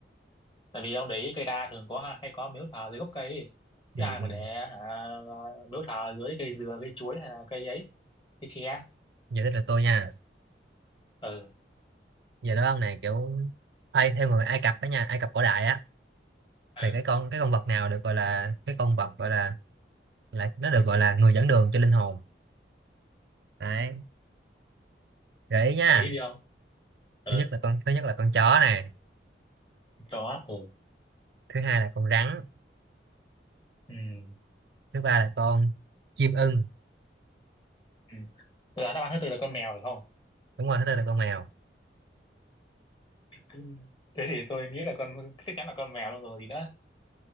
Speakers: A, on the left; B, on the right.
A: tại vì ông để ý cây đa thường có hay có miếu thờ dưới gốc cây ấy. chứ
B: ừ,
A: ai
B: ừ.
A: mà để hả, miếu thờ dưới cây dừa cây chuối hay là cây ấy cây tre
B: giờ tới lượt tôi nha
A: ừ
B: giờ đó ông này kiểu ai theo người Ai Cập đó nha Ai Cập cổ đại á
A: ừ
B: thì cái con cái con vật nào được gọi là cái con vật gọi là là nó được gọi là người dẫn đường cho linh hồn đấy gợi ý nha
A: để ý đi không ừ
B: thứ nhất là con thứ nhất là con chó này
A: chó ừ
B: thứ hai là con rắn
A: Ừm.
B: thứ ba là con chim ưng
A: Ừ. Là đáp án thứ tư là con mèo phải không?
B: đúng rồi thứ tư là con mèo
A: Ừ. Thế thì tôi nghĩ là con chắc chắn là con mèo luôn rồi gì nữa.